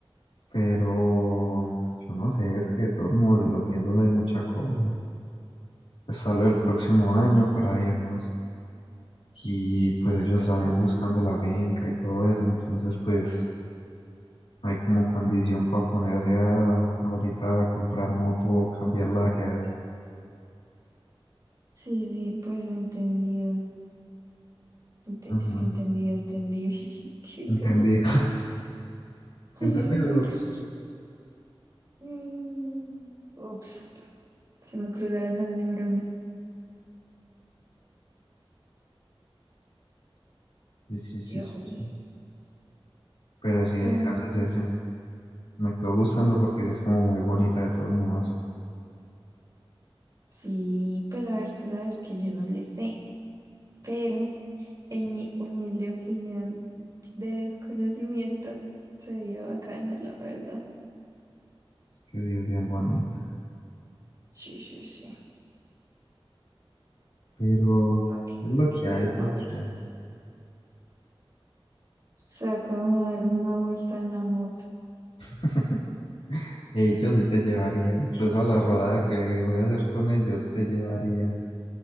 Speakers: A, on the left; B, on the right.
A: pero yo no sé, es que de todos modos si lo piensas hay mucha cosa. Pues hablo del próximo año para irnos y pues ellos también buscando la finca y todo eso, entonces pues no hay como condición para ponerse a ahorita a comprar moto o cambiar la que hay.
B: Sí, sí, pues entendido. Ente-
A: Ujú,
B: Es que entendido, entendible. <laughs> Qué huevo.
A: Entendí.
B: <laughs>
A: ¿Entendido?
B: Mm, Ups, se me cruzaron las neuronas.
A: Sí, sí, sí,
B: Dios
A: sí, sí.
B: mío.
A: Pero sí,
B: Pero
A: el caso
B: no.
A: es ese.
B: sé.
A: Me quedó gustando porque sí es como muy bonita de todos modos.
B: Sí, pues a ver, tú sabes que yo no le sé, pero en
A: Sí,
B: mi humilde opinión de desconocimiento sería bacana, la verdad.
A: es que sí es bien bonita.
B: Sí, sí, sí.
A: Pero es
B: Para que
A: lo
B: saques
A: que hay,
B: a dar
A: es
B: una
A: lo
B: vuelta.
A: que hay.
B: Sácame a dar una vuelta en la moto.
A: <laughs> Ellos sí te llevaría, incluso a la rodada que voy a hacer con ellos te llevaría.